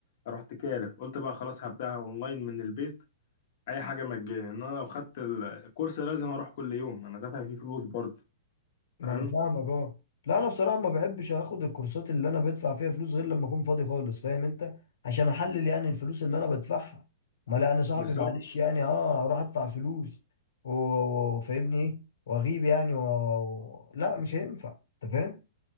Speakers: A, on the left; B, on the left.
A: رحت كارف قلت بقى خلاص هبداها اونلاين من البيت اي حاجه مجاني ان انا لو خدت الكورس لازم اروح كل يوم انا دافع فيه فلوس برضه
B: ما
A: تمام
B: انا فاهمك اه لا انا بصراحه ما بحبش اخد الكورسات اللي انا بدفع فيها فلوس غير لما اكون فاضي خالص فاهم انت عشان احلل يعني الفلوس اللي انا بدفعها ما لا انا صاحبي
A: بالظبط
B: معلش يعني اه اروح ادفع فلوس و- و- وفاهمني ايه واغيب يعني و... و- لا مش هينفع انت فاهم